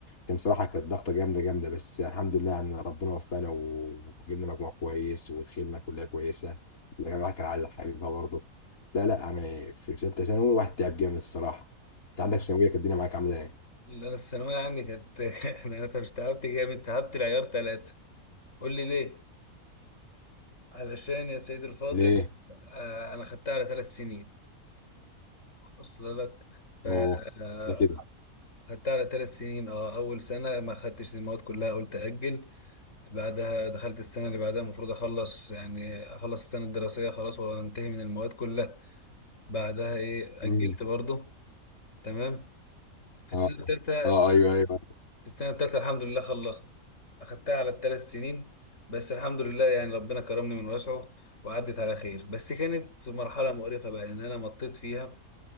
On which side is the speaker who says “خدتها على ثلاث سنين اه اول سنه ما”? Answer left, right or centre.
Left